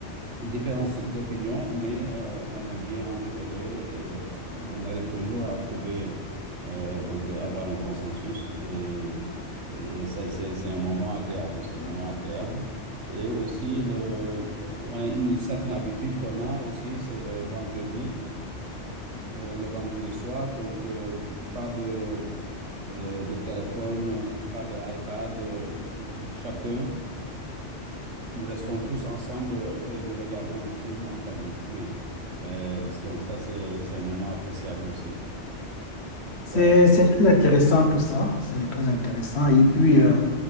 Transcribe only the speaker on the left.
C'est,
c'est très intéressant tout ça, c'est très intéressant. Et puis, euh,